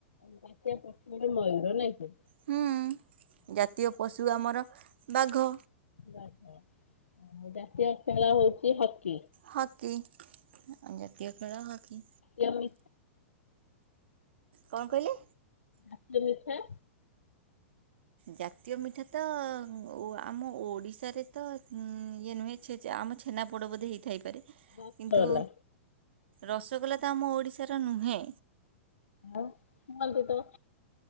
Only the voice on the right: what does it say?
ହୁଁ ଜାତୀୟ ପଶୁ ଆମର ବାଘ।
ହକି ଆମ ଜାତୀୟ ଖେଳ ହାକି।
କ'ଣ କହିଲେ?
ଜାତୀୟ ମିଠା ତ ଆମ ଓଡ଼ିଶାରେ ତ ଇଏ ନୁହେଁ। ଚେ ଯେ ଆମ ଛେନା ପୋଡ଼ ବୋଧେ ହେଇଥାଇପାରେ!
କିନ୍ତୁ ରସଗୋଲା ତ ଆମ ଓଡିଶାର ନୁହେଁ।